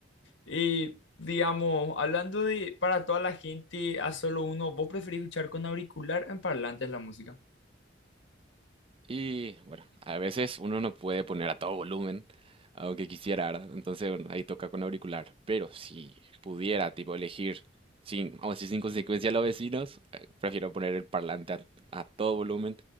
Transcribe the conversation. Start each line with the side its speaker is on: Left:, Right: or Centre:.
Left: Y digamos, hablando de para toda la gente a solo uno, ¿vos preferís escuchar con auricular o en parlantes la música?
Right: Y bueno, a veces uno no puede poner a todo volumen, aunque quisiera, ¿verdad? Entonces, bueno, ahí toca con auricular. Pero si pudiera, tipo, elegir sin, vamos a decir, sin consecuencia a los vecinos, eh, prefiero poner el parlante a, a todo volumen